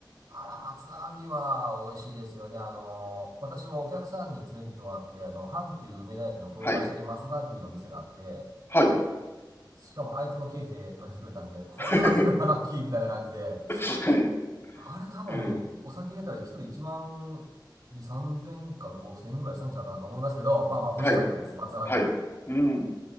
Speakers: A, on the right; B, on the left.
A: あ。あら、松阪牛は美味しいですよね。あのー、私もお客さんに連れてってもらって、あの、阪急梅田駅の高架下に松阪牛の店があって、
B: はい。はい。
A: しかも相手の経費で食べさせてくれたんで、これはこれはラッキーみたいな感じで、
B: <laughs> はい。
A: あれ多分、
B: うん。
A: お酒入れたら一人1万2、3千か5千ぐらいしたんちゃうかなと思いますけど、まあまあ美味しかったです。
B: はい。
A: 松葉牛。
B: はい。うん。